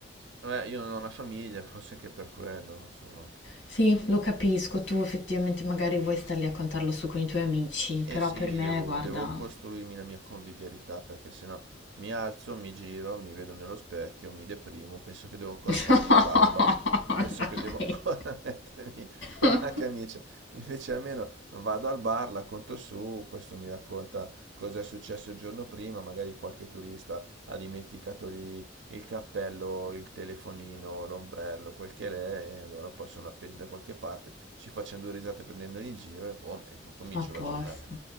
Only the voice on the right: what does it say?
Vabbè, io non ho una famiglia, forse anche per quello, insomma.
Eh
sì,
devo,
devo costruirmi la mia convivialità perché sennò mi alzo, mi giro, mi vedo nello specchio, mi deprimo, penso che devo ancora
farmi la barba, penso che devo ancora <laughs> mettermi
la camicia. Invece almeno vado al bar, la conto su, questo mi racconta cosa è successo il giorno prima, magari qualche turista ha dimenticato lì il cappello, il telefonino, l'ombrello, quel che l'è, e allora poi sono appesi da qualche parte, ci facciamo due risate prendendoli in giro e boh, e poi comincio
la giornata.